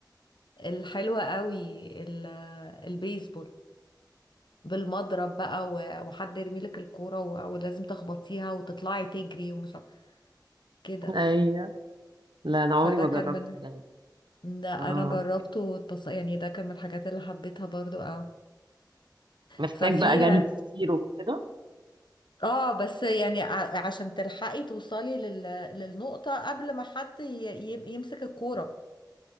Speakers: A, on the left; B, on the right.
A: الحلوة قوي ال- البيسبول بالمضرب بقى و- وحد يرمي لك الكورة و- ولازم تخبطيها وتطلعي تجري ومش عارف- كده ده
B: ايوه لا انا عمري
A: فده
B: ما
A: كان
B: جربت
A: من
B: ده
A: ده انا
B: اه
A: جربته واتبص يعني ده كان من الحاجات اللي حبيتها برضو اه
B: محتاج
A: ففيها
B: بقى جري كتير وكده
A: اه بس يعني ع- عشان تلحقي توصلي لل... للنقطة قبل ما حد ي... ي- يمسك الكورة